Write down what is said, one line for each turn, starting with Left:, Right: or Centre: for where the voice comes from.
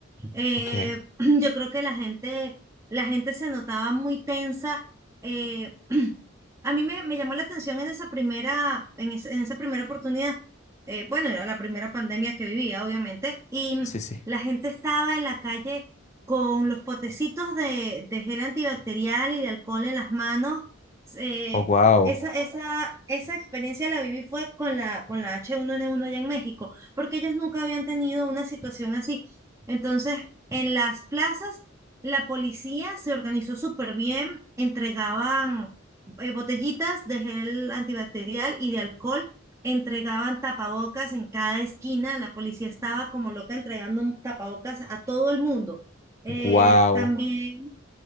Right: Eh,
Left: Ok,
Right: <clears throat> yo creo que la gente, la gente se notaba muy tensa. eh, <clears throat> a mí me, me llamó la atención en esa primera, en, es- en esa primera oportunidad. eh, bueno, era la primera pandemia que vivía, obviamente, y mm,
Left: sí, sí.
Right: la gente estaba en la calle con los potecitos de, de gel antibacterial y de alcohol en las manos. eh,
Left: Oh, wow,
Right: esa, esa, esa experiencia la viví fue con la, con la H1N1 allá en México, porque ellos nunca habían tenido una situación así. Entonces, en las plazas, la policía se organizó súper bien, entregaban eh, botellitas de gel antibacterial y de alcohol, entregaban tapabocas en cada esquina, la policía estaba como loca entregando un tapabocas a todo el mundo. Eh,
Left: wow.
Right: también